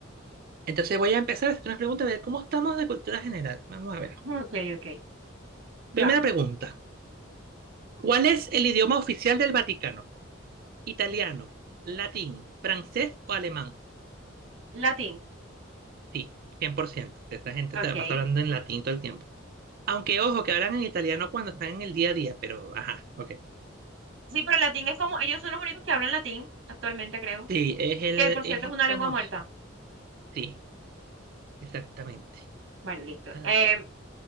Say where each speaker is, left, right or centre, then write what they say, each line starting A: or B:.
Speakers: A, on the right (about 45°); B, on the right (about 85°).
A: Entonces voy a empezar a hacer unas preguntas de cómo estamos de cultura general. Vamos a ver.
B: Ok, ok. Vamos.
A: Primera pregunta. ¿Cuál es el idioma oficial del Vaticano? ¿Italiano, latín, francés o alemán?
B: Latín.
A: Sí, 100%. Esa gente
B: Ok.
A: se la pasa hablando en latín todo el tiempo. Aunque ojo, que hablan en italiano cuando están en el día a día, pero ajá, ok.
B: Sí, pero el latín es como, ellos son los únicos que hablan latín actualmente, creo.
A: Sí, es el,
B: Que por cierto
A: es
B: es
A: el
B: una
A: famoso.
B: lengua muerta.
A: Sí, exactamente.
B: Bueno, listo.
A: Tal
B: Eh,
A: cual.